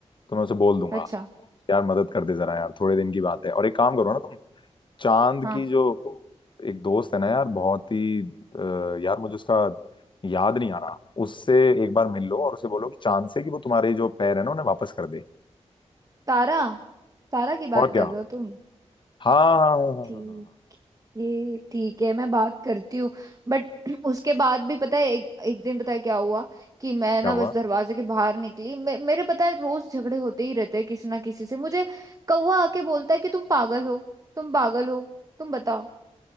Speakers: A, on the left; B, on the right.
A: तो मैं उसे बोल दूंगा
B: अच्छा
A: यार मदद कर दे जरा यार थोड़े दिन की बात है और एक काम करो ना तुम चांद
B: हाँ
A: की जो एक दोस्त है ना यार बहुत ही अ, यार मुझे उसका याद नहीं आ रहा उससे एक बार मिल लो और उसे बोलो कि चांद से कि वो तुम्हारे जो पैर है ना उन्हें वापस कर दे
B: तारा तारा की बात
A: और
B: कर
A: क्या
B: रहे हो तुम
A: हाँ हाँ हाँ हाँ हाँ
B: ठीक
A: हाँ हाँ। हाँ,
B: ये ठीक है मैं बात करती हूँ बट <clears throat> उसके बाद भी पता है एक एक दिन पता है क्या हुआ कि मैं
A: क्या
B: ना बस
A: हुआ
B: दरवाजे के बाहर निकली मे, मेरे पता है रोज झगड़े होते ही रहते हैं किसी ना किसी से मुझे कौवा आके बोलता है कि तुम पागल हो तुम पागल हो तुम बताओ